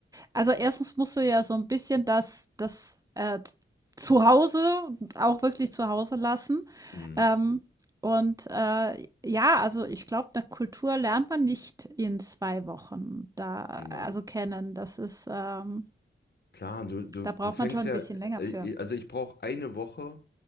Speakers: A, on the right; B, on the left.
A: Also erstens musst du ja so ein bisschen das das, äh, Z Zuhause auch wirklich zu Hause lassen.
B: Mhm.
A: Ähm, und, äh, ja, also ich glaube, eine Kultur lernt man nicht in 2 Wochen da
B: Nein.
A: also kennen. Das ist, ähm
B: Klar, du, du,
A: da
B: du
A: braucht
B: fängst
A: man schon ein
B: ja,
A: bisschen länger
B: äh,
A: für.
B: äh, also ich brauche eine Woche,